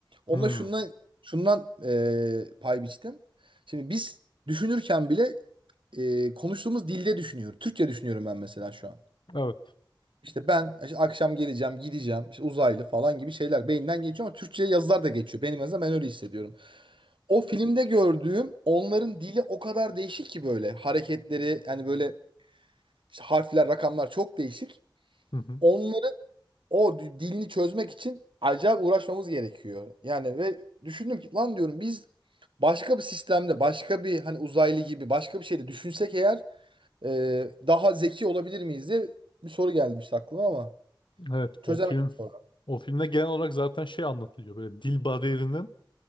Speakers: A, on the right; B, on the left.
A: Onda
B: Hmm.
A: şundan, şundan e, pay biçtim. Şimdi biz düşünürken bile e, konuştuğumuz dilde düşünüyoruz. Türkçe düşünüyorum ben mesela şu an.
B: Evet.
A: İşte ben işte akşam geleceğim, gideceğim, işte uzaylı falan gibi şeyler beyinden geçiyor ama Türkçe'ye yazılar da geçiyor. Benim en azından ben öyle hissediyorum. O filmde gördüğüm onların dili o kadar değişik ki böyle hareketleri yani böyle işte harfler, rakamlar çok değişik.
B: Hı hı.
A: Onların o d- dilini çözmek için acayip uğraşmamız gerekiyor. Yani ve düşündüm ki lan diyorum biz başka bir sistemde, başka bir hani uzaylı gibi başka bir şeyde düşünsek eğer e, daha zeki olabilir miyiz diye bir soru gelmiş aklıma ama
B: Evet
A: çözemedim
B: o film
A: sonra.
B: o filmde genel olarak zaten şey anlatılıyor. Böyle dil bariyerinin